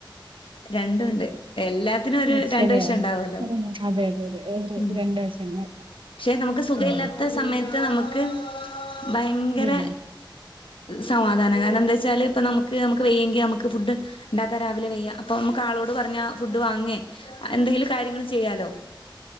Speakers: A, on the left (about 85°); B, on the right (about 80°).
A: രണ്ടും ഉണ്ട് എല്ലാത്തിനും ഒരു
B: ആ,
A: രണ്ട്
B: ശരിയാണ്
A: വശം ഉണ്ടാവുവല്ലോ
B: ഉം, അതെ അതെ അതെ ഒരു
A: ഉം
B: രണ്ട് വശങ്ങൾ
A: പക്ഷെ നമുക്ക് സുഖം
B: ഉം
A: ഇല്ലാത്ത സമയത്ത് നമുക്ക് ഭയങ്കര
B: ഉം.
A: സമാധാന കാരണം എന്താ വെച്ചാൽ ഇപ്പം നമുക്ക് നമുക്ക് വയ്യെങ്കി ഫുഡ് ഉണ്ടാ ഒക്കെ രാവിലെ വയ്യ അപ്പോൾ നമുക്ക് ആളോട് പറഞ്ഞാൽ ഫുഡ് വാങ്ങുയേ എന്തേലും കാര്യങ്ങൾ ചെയ്യാലോ